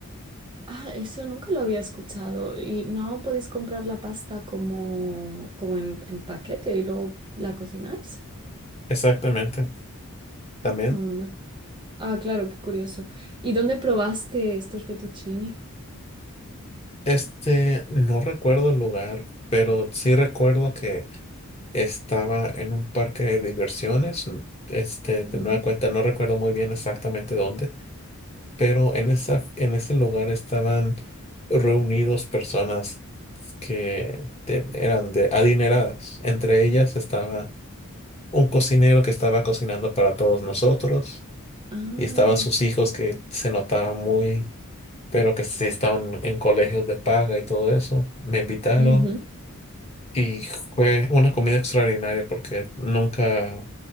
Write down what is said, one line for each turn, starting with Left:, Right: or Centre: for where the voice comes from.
Right: Ah, eso nunca lo había escuchado. Y no podéis comprar la pasta como, como en, en paquete y luego la cocináis.
Left: Exactamente, también.
Right: Ah, no, no. Ah, claro, qué curioso. ¿Y dónde probaste estos fettuccini?
Left: Este, no recuerdo el lugar, pero sí recuerdo que estaba en un parque de diversiones. n- Este, de
Right: Ujú.
Left: nueva cuenta, no recuerdo muy bien exactamente dónde, pero en esa, en ese lugar estaban reunidos personas que te- eran de adineradas. Entre ellas estaba un cocinero que estaba cocinando para todos nosotros
Right: Ah,
Left: y estaban sus hijos que se notaban muy pero que sí estaban en colegios de paga y todo eso. Me invitaron
Right: ujú,
Left: y fue una comida extraordinaria porque nunca,